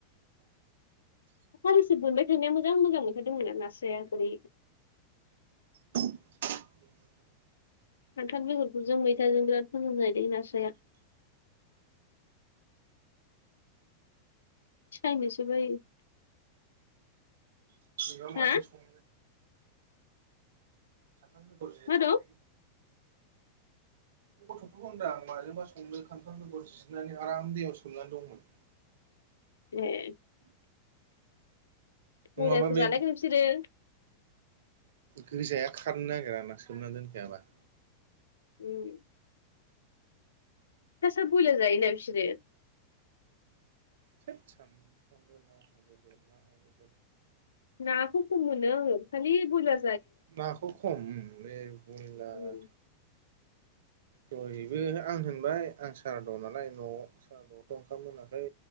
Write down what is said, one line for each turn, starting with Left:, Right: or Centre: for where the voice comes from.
Left: हलिसो मोनबाय थानाया मोजां मोजां मोनथारदोंमोन आरो नास्राया बोरै
Right: <inaudible>
Left: खान्थाल बेगरखौ जों मैथाजों बिराद मोां जायो दै नास्राया खायनोसै बाय
Right: बि मानो
Left: हा
Right: संो खगर जेननानै
Left: मा दं
Right: बे गथ'फोरखौ होनदोंां आं माजोंबा संनो खान्थाल बेगर सिनानै आराम दैयाव सोमनानै दंमोन
Left: बे
Right: नङाबा
Left: मुजाखौ
Right: बे
Left: जानायखौोन नोंसोरो
Right: गोजाया खारनो नागिरा ना सोमना दोनखायाबा
Left: उम द सार बोलो जायोना बिसोरो
Right: सामफ्रामबो न ह बे न बे
Left: नाखौ खम मोनोोलि बला
Right: नाखौ खम बे बयलार
Left: उम
Right: दहबो आं होनबाय आं सारा दं नालाय न' स आआवथ ओंाम मोनाखै